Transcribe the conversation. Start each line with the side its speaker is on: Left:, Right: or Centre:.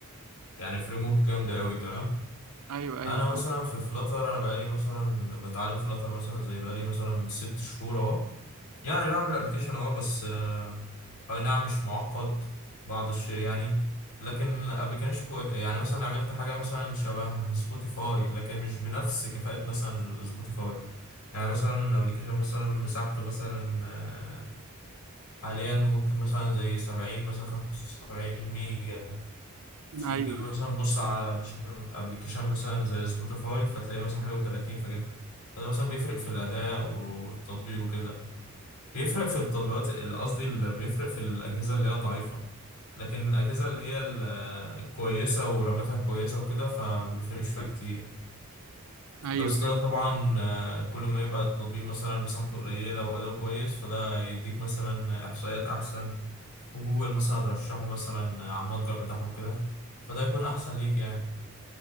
Left: يعني فريم ورك جامدة قوي تمام
Right: ايوه ايوه
Left: انا مثلا في فلاتر انا بقالي مثلا بتعلم فلاتر مثلا زي بقالي مثلا ست شهور اهو يعني بعمل ابلكيشن اه بس آه، اي نعم مش معقد بعض الشيء يعني لكن ابلكيشن كو... يعني مثلا عملت حاجه مثلا شبه سبوتيفاي لكن مش بنفس كفاءه مثلا سبوتيفاي يعني مثلا ابلكيشن مثلا مساحته مثلا آه، حاليا ممكن مثلا زي 70 مثلا 75 ميجا تيجي
Right: ايوه
Left: مثلا بص على ابلكيشن مثلا زي سبوتيفاي فتلاقي مثلا حاجه و30 فكده فده مثلا بيفرق في الاداء والتطبيق وكده بيفرق في التطبيقات ال- قصدي ال- بيفرق في الأجهزة اللي هي ضعيفة لكن الأجهزة اللي هي ال- الكويسة ورامتها كويسة وكده فما بيفرقش فيها كتير
Right: ايوه
Left: بس
Right: ايوه
Left: ده طبعا آه، كل ما يبقى التطبيق مثلا مساحته قليلة وأداؤه كويس فده يديك مثلا إحصائيات أحسن وجوجل مثلا ترشحه مثلا على المتجر بتاعه وكده فده يكون أحسن ليك يعني